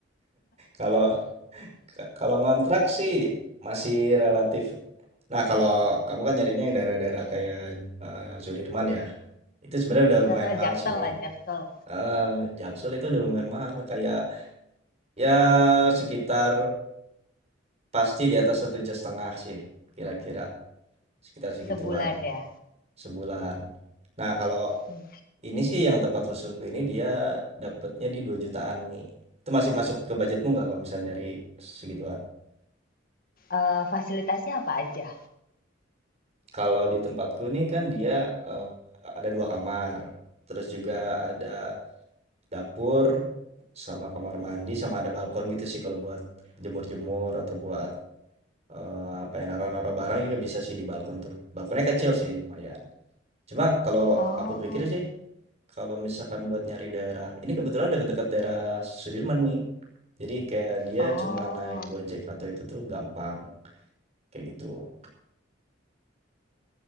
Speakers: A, on the right (about 35°); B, on the left (about 50°).
A: Kalau ka- kalau ngontrak sih masih relatif. Nah, kalau kamu kan nyarinya yang daerah-daerah kayak eh, Sudirman ya. Itu sebenarnya udah lumayan
B: Heeh,
A: mahal
B: Jaksel
A: sih, Mi.
B: lah, Jaksel.
A: Eh, Jaksel itu udah lumayan mahal kayak ya sekitar pasti di atas satu juta setengah sih kira-kira sekitar segituan
B: Sebulan ya.
A: sebulan. Nah, kalau
B: Hmm.
A: Ini sih yang tempat rusunku ini dia dapatnya di 2 jutaan nih. Itu masih masuk ke budgetmu nggak kalau misalnya nyari segituan?
B: Eh, fasilitasnya apa aja?
A: Kalau di tempatku nih kan dia eh, ada dua kamar, terus juga ada dapur sama kamar mandi sama ada balkon gitu sih kalau buat jemur-jemur atau buat eh, apa ya naro-naro barang juga bisa sih di balkon tuh. Balkonnya kecil sih lumayan. Cuma kalau
B: Oh,
A: aku pikir sih kalau misalkan buat nyari daerah, ini kebetulan dekat-dekat daerah Sudirman nih. Jadi kayak dia
B: oh,
A: cuma naik Gojek atau itu tuh gampang, kayak gitu.